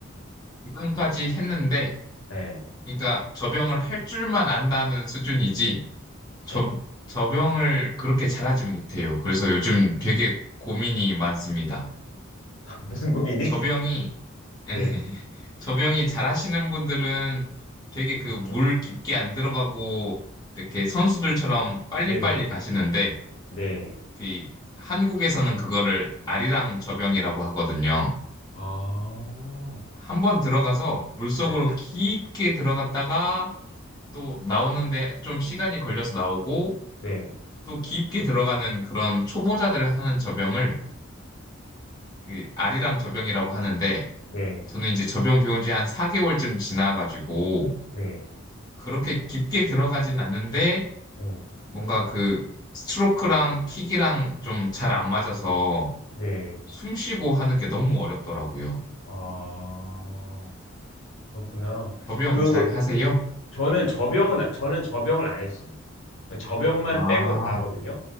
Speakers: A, on the left; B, on the left.
A: 지금까지 했는데,
B: 네.
A: 그러니까 접영을 할 줄만 안다는 수준이지 접,
B: 네.
A: 접영을 그렇게 잘하지 못해요. 그래서 요즘 되게 고민이 많습니다.
B: <laughs> 무슨 고민이?
A: 접영이
B: <laughs>
A: <laughs>
B: 네.
A: 접영이 잘하시는 분들은 되게 그
B: 멋있죠.
A: 물 깊게 안 들어가고 이렇게 선수들처럼 빨리빨리
B: 네네네.
A: 가시는데
B: 네.
A: 그 한국에서는 그거를 아리랑 접영이라고 하거든요.
B: 아.
A: 한 번 들어가서 물속으로
B: 네.
A: 깊게 들어갔다가 또 나오는데 좀 시간이 걸려서 나오고
B: 네.
A: 또 깊게 들어가는 그런 초보자들 하는 접영을 그 아리랑 접영이라고 하는데
B: 네.
A: 저는 이제 접영 배운 지 한 4개월쯤 지나가지고
B: 네.
A: 그렇게 깊게 들어가진 않는데
B: 네.
A: 뭔가 그 스트로크랑 킥이랑 좀 잘 안 맞아서
B: 네.
A: 숨 쉬고 하는 게 너무 어렵더라고요.
B: 아. 그렇구나.
A: 접영
B: 그
A: 잘 하세요?
B: 저는 저병은 저는 저병을 안 했어요. 저병만
A: 아,
B: 빼고 다 하거든요.